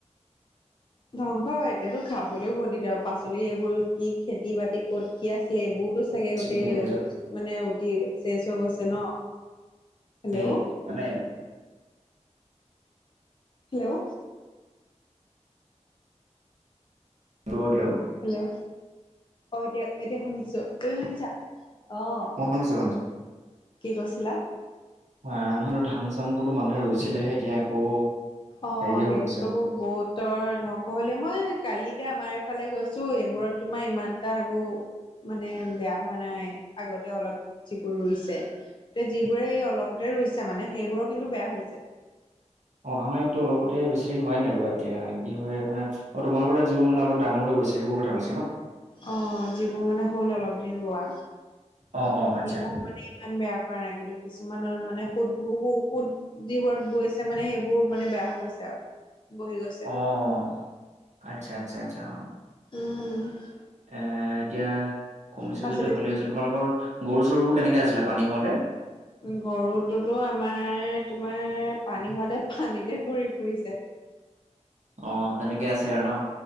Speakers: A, on the left; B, on the right.
A: ধ্বংস বাৰু এতিয়াতো খাবলৈও বহুত দিগদাৰ পাচলি এইবোৰ কি খেতি-বাতি ক'ত কি আছিলে এইবোৰতো চাগে
B: চি
A: গোটেই
B: কে বি কলেজত
A: মানে উটি চেজ হৈ গৈছে ন? হেল্ল'
B: সেই মানে
A: হেল্ল'
B: ঢৌ দিলৌ
A: হেল্ল' অ এতিয়া, এতিয়া শুনিছো তুমি শুনিছা? অ'।
B: মই শুনিছো
A: কি কৈছিলা?
B: এঁ' নহয়তো ধান-চানবোৰতো মানুহে ৰুইছিলেহে এতিয়া আকৌ হেৰিয়ে
A: অ সেইবোৰো
B: হৈ গৈছে।
A: বহুতৰ ধ্বংস হলে মই কালি এতিয়া আমাৰ এফালে গৈছোঁ এইবোৰত তোমাৰ ইমান টা এবোৰ মানে বেয়া হোৱা নাই, আগতে অলপ যিবোৰ ৰুইছে। ত' যিবোৰে অলপতে ৰুইছে মানে সেইবোৰৰ কিন্তু বেয়া হৈছে।
B: অ' আমাৰ ইয়াততো অলপতে বেছি দিন হোৱাই নাই ৰুৱা এতিয়া কি হয় মানে অ তোমালকৰ তাত যিবোৰ মানে অলপ ডাঙৰ হৈ গৈছে সেইবোৰ কথা কৈ-
A: অ', যিবোৰ মানে হ'ল অলপ দিন ৰোৱা।
B: অ অ আচ্ছা
A: ডিমৌবাৰী ইমান বেয়া কৰা নাই কিন্তু কিছুমানৰ মানে সুত ব-হুত যিবোৰত বৈছে মানে সেইবোৰ মানে বেয়া হৈ গৈছে আউ, বহি গৈছ-
B: অ', আচ্ছা আচ্ছা আচ্ছা অ'।
A: উম্।
B: এ, এতিয়া কমিছে
A: পাচলি
B: যদিও ভালেই হৈছে, তোমালোকৰ গৰু-চৰুবোৰ কেনেকে আছিলে পানী হওঁতে?
A: গৰুটোতো আমাৰ- তোমাৰ পানী হওঁতে পানীতে ঘূৰি ফুৰিছে।
B: অঁ তেনেকে আছে আৰু ন?